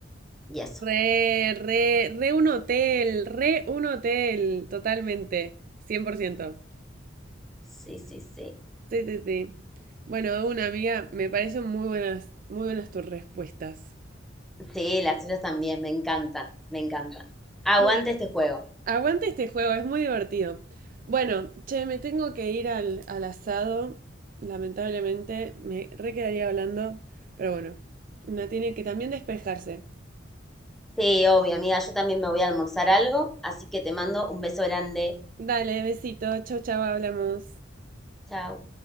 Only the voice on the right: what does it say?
Re, re, re un hotel, re un hotel, totalmente, cien por ciento
Sí, sí, sí. Bueno, de una amiga, me parecen muy buenas, muy buenas tus respuestas.
Bueno.
Aguante este juego, es muy divertido. Bueno, che, me tengo que ir al, al asado, lamentablemente, me re quedaría hablando, pero bueno, una tiene que también despejarse.
Dale, besito, chau, chau, hablamos.